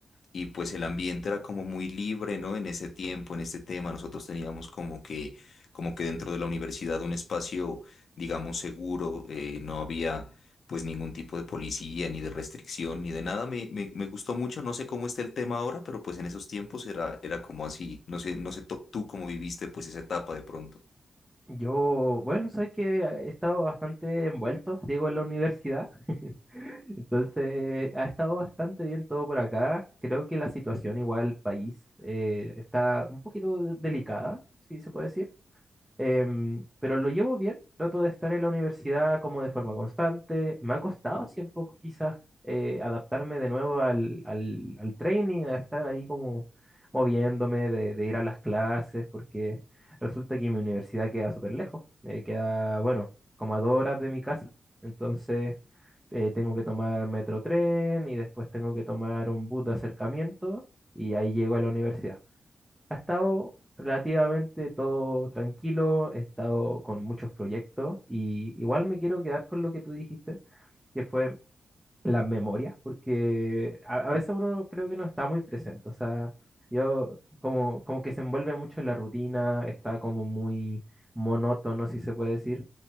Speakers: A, on the left (about 60°); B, in the centre.
A: Y pues el ambiente era como muy libre, ¿no? En ese tiempo, en este tema, nosotros teníamos como que, como que dentro de la universidad un espacio, digamos, seguro, eh, no había pues ningún tipo de policía, ni de restricción, ni de nada. Me, me, me gustó mucho, no sé cómo está el tema ahora, pero pues en esos tiempos era, era como así. No sé, no sé to- tú cómo viviste pues esa etapa de pronto.
B: Yo, bueno, sabes que ah, he estado bastante envuelto, digo, en la universidad. <laughs> Entonces, ha estado bastante bien todo por acá. Creo que la situación igual país eh, está un poquito de- delicada, si se puede decir. Em, pero lo llevo bien, trato de estar en la universidad como de forma constante. Me ha costado así un poco quizás eh, adaptarme de nuevo al, al, al training, a estar ahí como moviéndome, de, de ir a las clases, porque resulta que mi universidad queda súper lejos. eh, queda, bueno, como a dos horas de mi casa. Entonces eh, tengo que tomar metro tren y después tengo que tomar un bus de acercamiento y ahí llego a la universidad. Ha estado relativamente todo tranquilo, he estado con muchos proyectos y igual me quiero quedar con lo que tú dijiste, que fue las memorias, porque a, a veces uno creo que no está muy presente, o sea, yo como, como que se envuelve mucho en la rutina, está como muy monótono, si se puede decir,